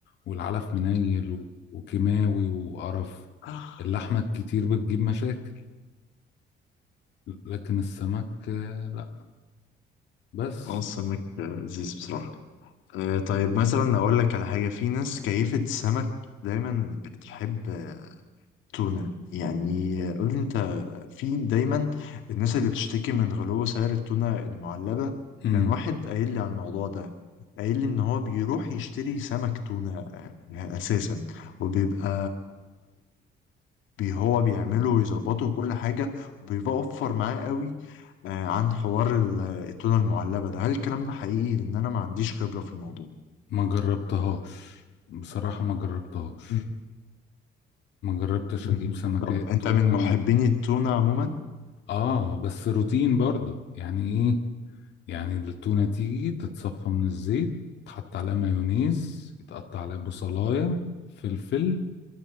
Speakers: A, on the left (about 65°); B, on the left (about 85°).
A: والعلف منيل و... وكيماوي وقرف
B: اه
A: اللحمه الكتير بتجيب مشاكل لكن السمك آه، لا بس
B: السمك لذيذ بصراحة آه، طيب مثلا أقول لك على حاجة في ناس كيفة السمك دايما بتحب آه، تونة يعني آه، قول لي أنت في دايما الناس اللي بتشتكي من غلو سعر التونة المعلبة
A: امم
B: كان واحد قايل لي على الموضوع ده قايل لي ان هو بيروح يشتري سمك تونة آه، اساسا وبيبقى بي هو بيعمله ويظبطه وكل حاجة وبيبقى اوفر معاه قوي آه، عن حوار ال- التونة المعلبة ده هل الكلام ده حقيقي لان انا ما عنديش خبرة في الموضوع
A: ما جربتهاش بصراحه ما جربتهاش
B: مم.
A: ما جربتش
B: مهم.
A: اجيب سمكات
B: طب انت
A: تونه
B: من محبين
A: و...
B: التونة عموما
A: اه بس روتين برضو يعني ايه يعني التونه تيجي تتصفى من الزيت تحط عليها مايونيز يتقطع عليها بصلايه فلفل